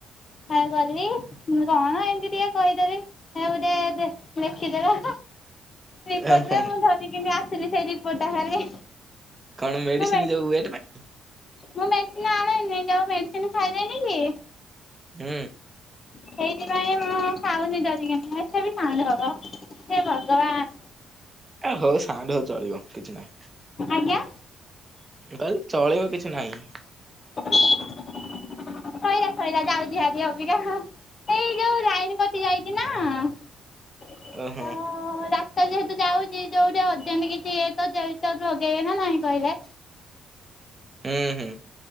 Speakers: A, on the left; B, on the right.
A: କଣ କରିବି କଣ ଏମିତି ଟିକେ କହିଦେଲି। ହଉଦେ ଦେ ମେଖିଦେଲ। ରିପୋର୍ଟରେ
B: ଓହୋ।
A: ମୁଁ ଧରିକିନି ଆସିଲି ସେଇ ରିପୋର୍ଟ ଟା ଖାଲି।
B: କଣ ମେଡିସିନ
A: ମୁଁ
B: ଯୋଉ ୱାଏଟ୍ ନାଁ।
A: ମୁଁ ମେଡିସିନ ଆଣେନି ଯୋଉ ମେଡିସିନ ଖାଇଦେଲି କି।
B: ହୁଁ।
A: ସେଇଥିପାଇଁ ମୁଁ ଖାଉନି ଡରିକିନ ଏତେ ବି ଖାଉନି ଭବ ହେ ଭଗବାନ।
B: ଆ ହଉ ସାଙ୍ଗ ଚଳିବ କିଛି ନାହିଁ।
A: ଆଜ୍ଞା।
B: କାଲି ଚଳିବ କିଛି ନାହିଁ।
A: ଶଇଲା ଶଇଲା ଯାଉଛି ଭାରି ଅବିକା ହାଁ। ଏଇ ଯୋଉ ଲାଇନ କଟି ଯାଇଛି ନାଁ।
B: ଓ ହୋ
A: ହ ରାସ୍ତା ଯେହେତୁ ଯାଉଛି ଯୋଉଠି ଅଜେଣ୍ଟ କିଛି ହେଇଥିବ ଗେଁଲିଟର ଲଗେଇବେ ନା ନାଇଁ କହିଲେ
B: ହୁଁ ହୁଁ